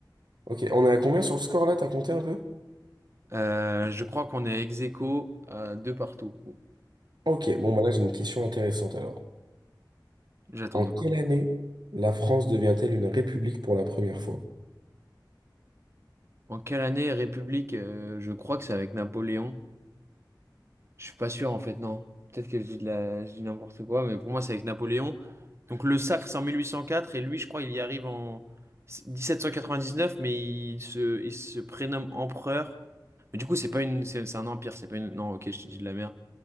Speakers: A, on the right; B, on the right.
A: Ok, on est à combien sur le score, là? T'as compté un peu?
B: Euh, je crois qu'on est ex aequo à deux partout. Ouh,
A: Ok, bon, bah là, j'ai une question intéressante, alors.
B: J'attends
A: En
B: de
A: quelle
B: voir.
A: année la France devient-elle une république pour la première fois?
B: En quelle année République euh, Je crois que c'est avec Napoléon. Je suis pas sûr en fait, non. Peut-être que je dis de la... je dis n'importe quoi, mais pour moi c'est avec Napoléon. Donc le sacre c'est en 1804 et lui je crois il y arrive en 1799, mais il se, il se prénomme empereur. Mais du coup c'est pas une, c'est c'est un empire, c'est pas une. Non, ok, je te dis de la merde.